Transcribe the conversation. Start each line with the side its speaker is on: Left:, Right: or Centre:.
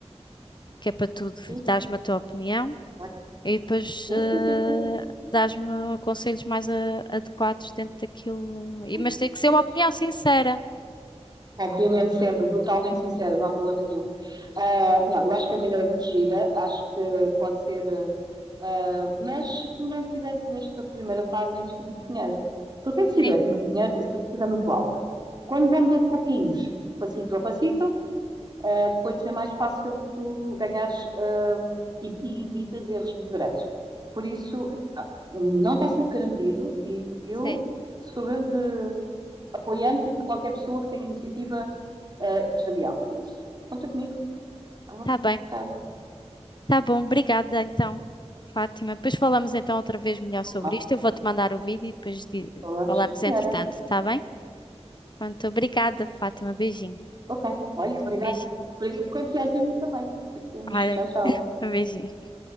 Left: que é para tu
Right: Sim,
Left: dares-me a tua opinião
Right: ok.
Left: e depois
Right: sim,
Left: eh,
Right: sim, sim, sim,
Left: dares-me conselhos mais a- adequados dentro daquilo. E,
Right: sim.
Left: mas tem que ser
Right: sim.
Left: uma opinião sincera.
Right: Obviamente sempre, brutalmente sincero, não há problema nenhum. Ah, não, eu acho que é uma ideia muito gira, acho que pode ser. ah, mas se tu não tivesse nesta primeira fase a investir muito dinheiro, porque quando se tiver
Left: Sim,
Right: muito dinheiro, a expectativa é muito alta. Quando vamos a pouquinhos, passito a passito, ah, depois é mais fácil de tu ganhares, ah, e, e evitas erros muito grandes. Por isso, epá, um, não está sempre garantido e eu
Left: sim.
Right: sou grande apoiante de qualquer pessoa que tenha iniciativa, ah, empresarial. Por isso, conta comigo, à vontade.
Left: Tá bem. Tá bom, obrigada então, Fátima. Depois falamos então outra vez melhor sobre
Right: Olá,
Left: isto. Eu vou-te mandar o vídeo e depois di-
Right: olá,
Left: falamos
Right: senhora.
Left: entretanto, tá bem? Pronto, obrigada, Fátima. Beijinho.
Right: Ok, olha, obrigada.
Left: Beijinho.
Right: Obrigada por confiar em mim também. Beijinhos,
Left: Ai,
Right: Tchau, tchau.
Left: um beijinho.